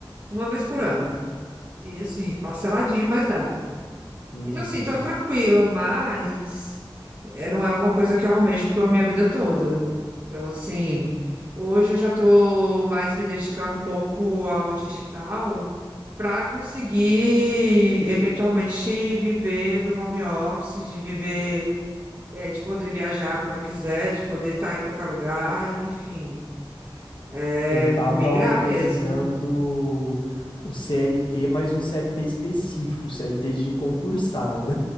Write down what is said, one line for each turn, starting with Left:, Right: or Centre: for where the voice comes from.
Right: uma vez por ano. E assim, parceladinho, mas dá.
Left: Uhum.
Right: Então, assim, tô tranquila, mas é, não é uma coisa que eu almejo pra minha vida toda. Então, assim, hoje eu já tô mais me dedicando um pouco ao digital para conseguir eventualmente viver do home office, de viver, é, de poder viajar quando eu quiser, de poder estar em qualquer lugar, enfim, é,
Left: Eu tava
Right: migrar
Left: almejando
Right: mesmo.
Left: o CLT, mas um CLT específico, CLT de concursado.